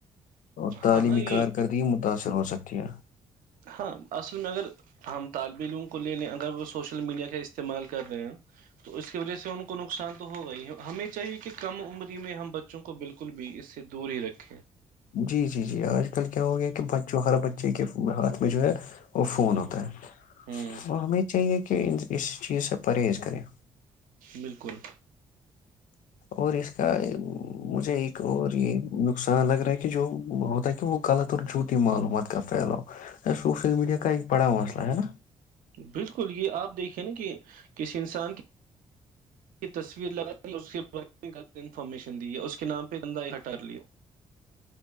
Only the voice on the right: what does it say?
ہاں یہ
ہاں اصل میں اگر ہم طالب علم کو ل لنے اگر وہ سوشل میڈیا کا استعمال کر رہے ہیں تو اس کی وجہ سے ان کو نقصان تو ہوگا ہی ہے ہمیں چاہیے کہ کم عمری میں ہم بچوں کو بالکل بھی اس سے دور ہی رکھیں
ہوں
بالکل
بالکل یہ آپ دیکھیں نا کہ کس انسان کی کی تصویر لگا اس کے بار غلط انفارمیشن دی گیا اس کے نام پہ دندہ ہٹار لیا